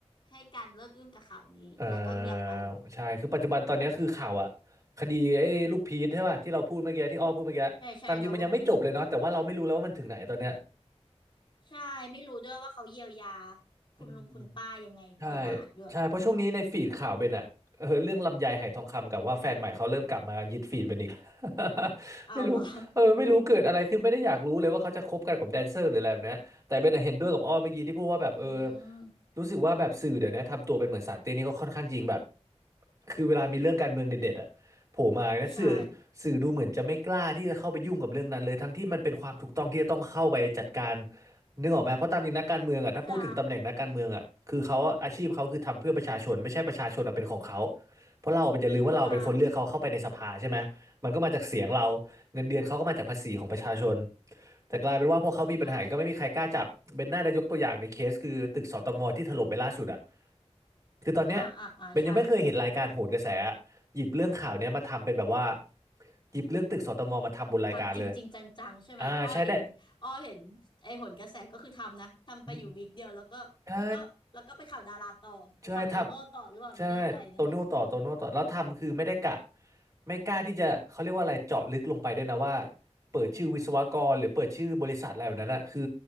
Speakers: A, on the left; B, on the right.
A: ให้การเลิกยุ่งกับข่าวนี้แล้วก็เงียบไป
B: เออใช่คือปัจจุบันตอนเนี้ยคือข่าวอะคดีไอ้ลูกพีชใช่ป่ะที่เราพูดเมื่อกี้ที่อ้อพูดเมื่อกี้ตามจริงมันยังไม่จบเลยเนาะแต่ว่าเราไม่รู้แล้วว่ามันถึงไหนตอนเนี้ย
A: ใช่ใช่น้องลูกพีช ใช่ไม่รู้ด้วยว่าเขาเยียวยาคุณลุงคุณป้ายังไงกี่บาทด้วย
B: อืม ใช่ใช่เพราะช่วงนี้ในฟีดข่าวเป็นอะเออเรื่องลำไยไหทองคำกับว่าแฟนใหม่เขาเริ่มกลับมายึดฟีดเป็นอีก <laughs>
A: เอาเหรอ
B: ไม่รู้เออไม่รู้เกิดอะไรขึ้นไม่ได้อยากรู้เลยว่าเขาจะคบกันกับแดนเซอร์หรืออะไรแบบเนี้ยแต่เบนอะเห็นด้วยกับอ้อเมื่อกี้ที่พูดว่าแบบเออ
A: <laughs> อืม
B: รู้สึกว่าแบบสื่อเดี๋ยวนี้ทำตัวเป็นเหมือนสารเตี้ยนี่ก็ค่อนข้างจริงแบบคือเวลามีเรื่องการเมืองเด็ดๆอะโผล่มานะสื่อ
A: ใช่
B: สื่อดูเหมือนจะไม่กล้าที่จะเข้าไปยุ่งกับเรื่องนั้นเลยทั้งที่มันเป็นความถูกต้องที่จะต้องเข้าไปจัดการ นึกออกไหมเพราะตามจริงนักการเมืองอ่ะถ้าพูดถึงตำแหน่งนักการเมืองอ่ะคือเขาอะอาชีพเขาคือทำเพื่อประชาชนไม่ใช่ประชาชนอะเป็นของเขา
A: ใช่
B: เพราะเราอะอย่าลืมว่าเราเป็นคนเลือกเขาเข้าไปในสภาใช่ไหมมันก็มาจากเสียงเรา
A: ใช่
B: เงินเดือนเขาก็มาจากภาษีของประชาชน แต่กลายเป็นว่าพอเขามีปัญหาก็ไม่มีใครกล้าจับเป็นหน้าได้ยกตัวอย่างในเคสคือตึกสตงที่ถล่มไปล่าสุดอ่ะ
A: ใช่
B: คือตอนเนี้ย
A: อ่าอ่าอ่าใช่
B: เบนยังไม่เคยเห็นรายการโหนกระแสอะหยิบเรื่องข่าวเนี้ยมาทำเป็นแบบว่าหยิบเรื่องตึกสตงมาทำบนรายการเลย
A: ทำจริงจริงจังๆใช่ไหมอ้อเห็นอ้อเห็นไอ้หนกระแสก็คือทำนะทำไปอยู่วีคเดียวแล้วก็แล้วก็แล้วก็ไปข่าวดาราต่อข่าวโตโน่ต่อหรือเปล่าไม่แน่ใจนะ
B: อ่าใช่ได้อืมใช่ ใช่ทำใช่โตโน่ต่อโตโน่ต่อแล้วทำคือไม่ได้กะไม่กล้าที่จะเขาเรียกว่าอะไรเจาะลึกลงไปด้วยนะว่าเปิดชื่อวิศวกรหรือเปิดชื่อบริษัทอะไรแบบนั้นนะคือ